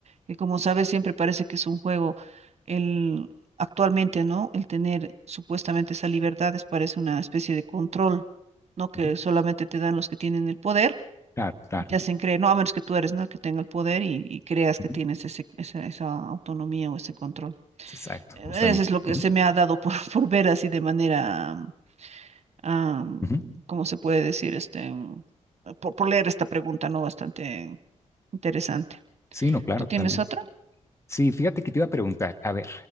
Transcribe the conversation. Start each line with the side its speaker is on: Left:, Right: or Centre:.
Right: que como sabes siempre parece que es un juego. El, actualmente, ¿no? El tener supuestamente esa libertad es parece una especie de control, ¿no? Que
Left: ujú,
Right: solamente te dan los que tienen el poder
Left: claro, claro,
Right: y te hacen creer, no, a menos que tú eres, ¿no? el que tenga el poder y, y creas
Left: ujú,
Right: que tienes ese, esa, esa autonomía o ese control.
Left: exacto,
Right: Eh,
Left: justamente.
Right: Eso es lo que
Left: ujú,
Right: se me ha dado por, <laughs> por ver así de manera, am, am,
Left: ujú.
Right: ¿cómo se puede decir? Este, mm, por, por leer esta pregunta, ¿no? Bastante interesante.
Left: Sí, no, claro,
Right: ¿Tú tienes
Left: totalmente.
Right: otra?
Left: Sí, fíjate que te iba a preguntar, a ver,